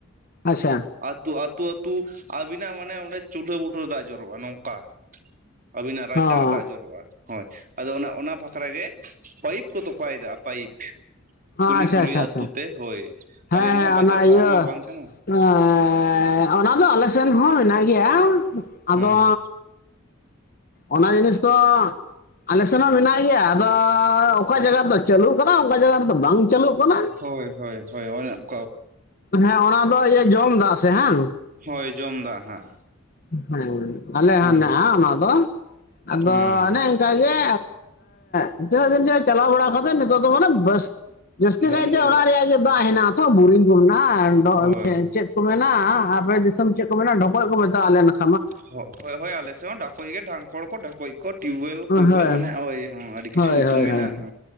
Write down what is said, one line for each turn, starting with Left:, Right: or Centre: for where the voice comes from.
Left: ᱟᱪᱪᱷᱟ
Right: ᱟᱹᱛᱩ ᱟᱹᱛᱩ ᱟᱹᱛᱩ ᱟᱵᱤᱱᱟᱜ ᱢᱟᱱᱮ ᱚᱸᱰᱮ ᱪᱩᱞᱦᱳ ᱵᱩᱴᱟᱹ ᱫᱟᱜ ᱡᱚᱨᱚᱜᱼᱟ ᱱᱚᱝᱠᱟ ᱾ ᱟᱵᱤᱱᱟᱜ ᱨᱟᱪᱟᱨᱮ
Left: ᱦᱚᱸ
Right: ᱫᱟᱜ ᱡᱚᱨᱚᱜᱼᱟ ᱦᱳᱭ ᱟᱫᱚ ᱚᱱᱟ ᱚᱱᱟ ᱵᱟᱠᱷᱨᱟ ᱜᱮ ᱯᱟᱭᱤᱯ ᱠᱚ ᱛᱚᱯᱟᱭ ᱫᱟ ᱯᱟᱭᱤᱯ ᱾ ᱠᱩᱞᱤ
Left: ᱟᱪᱪᱷᱟ
Right: ᱠᱩᱞᱤ
Left: ᱟᱪᱪᱷᱟ
Right: ᱟᱹᱛᱩ
Left: ᱟᱪᱪᱷᱟ
Right: ᱛᱮ ᱦᱳᱭ
Left: ᱦᱮᱸ
Right: ᱟᱞᱮ ᱢᱟ ᱦᱟᱸᱜ ᱵᱟᱡᱟᱨ
Left: ᱚᱱᱟ
Right: ᱥᱟᱦᱟᱨ
Left: ᱤᱭᱟᱹ
Right: ᱢᱟ ᱵᱟᱝ ᱠᱟᱱᱟ ᱾
Left: ᱦᱮᱸ ᱚᱱᱟ ᱫᱚ ᱟᱞᱮ ᱥᱮᱱ ᱦᱚᱸ ᱢᱮᱱᱟᱜ ᱜᱮᱭᱟ ᱟᱫᱚ
Right: ᱦᱚᱸ
Left: ᱚᱱᱟ ᱡᱤᱱᱤᱥ ᱫᱚ ᱟᱞᱮ ᱥᱮᱱ ᱦᱚᱸ ᱢᱮᱱᱟᱜ ᱜᱮᱭᱟ ᱟᱫᱚ ᱚᱠᱟ ᱡᱟᱭᱜᱟ ᱨᱮᱫᱚ ᱪᱟᱹᱞᱩ ᱠᱟᱱᱟ ᱚᱠᱟ ᱡᱟᱭᱜᱟ ᱨᱮᱫᱚ ᱵᱟᱝ ᱪᱟᱹᱞᱩᱜ ᱠᱟᱱᱟ ᱾
Right: ᱦᱳᱭ ᱦᱳᱭ ᱦᱳᱭ ᱚᱱᱮᱜ
Left: ᱦᱮᱸ ᱚᱱᱟ ᱫᱚ ᱤᱭᱟᱹ ᱡᱚᱢ ᱫᱟᱜ ᱥᱮ ᱦᱟᱝ
Right: ᱦᱳᱭ ᱡᱚᱢ ᱫᱟᱜ ᱦᱟᱸᱜ
Left: ᱦᱮᱸ ᱟᱞᱮ
Right: ᱦᱩᱸ
Left: ᱦᱚᱸ ᱦᱮᱱᱟᱜᱼᱟ ᱚᱱᱟ ᱫᱚ ᱟᱫᱚ
Right: ᱦᱩᱸ
Left: ᱚᱱᱮᱭ ᱪᱟᱭᱜᱮ <unintelligible> ᱛᱤᱱᱟᱹᱜ ᱫᱤᱱ ᱪᱚᱭ ᱪᱟᱞᱟᱣ ᱵᱟᱲᱟ ᱠᱟᱛᱮ ᱱᱤᱛᱚᱜ ᱫᱚ ᱢᱟᱱᱮ ᱵᱟᱥ ᱡᱟᱹᱥᱛᱤ
Right: ᱵᱚᱱᱫᱚ
Left: ᱠᱟᱭᱛᱮ ᱚᱲᱟᱜ ᱨᱮᱭᱟᱜ ᱜᱮ ᱫᱟᱜ ᱦᱮᱱᱟᱜ ᱟ ᱛᱚ ᱵᱩᱨᱤᱝ ᱠᱚ ᱢᱮᱱᱟᱜᱼᱟ
Right: ᱦᱳᱭ
Left: ᱪᱮᱫ ᱢᱮᱱᱟᱜᱼᱟ ᱟᱯᱮ ᱫᱤᱥᱚᱢ ᱪᱮᱫ ᱠᱚ ᱢᱮᱱᱟ ᱰᱷᱚᱠᱚᱡ ᱠᱚ ᱢᱮᱛᱟᱜᱼᱟ ᱟᱞᱮ ᱱᱚᱜᱛᱮ
Right: ᱦᱚᱜ ᱦᱳᱭ ᱦᱳᱭ ᱟᱞᱮᱥᱮᱫ ᱦᱚᱸ ᱰᱟᱠᱚᱡ ᱜᱮ ᱰᱷᱟᱝᱠᱚᱲ ᱠᱚ ᱰᱷᱠᱚᱡ ᱠᱚ ᱴᱤᱭᱩᱵᱮᱞ ᱯᱷᱩᱭᱵᱮᱞ
Left: ᱦᱳᱭ
Right: ᱢᱟᱱᱮ ᱳᱭ ᱟᱹᱰᱤ ᱠᱤᱪᱷᱩ
Left: ᱦᱳᱭ
Right: ᱧᱩᱛᱩᱢ
Left: ᱦᱳᱭ
Right: ᱢᱮᱱᱟᱜᱼᱟ‌
Left: ᱦᱳᱭ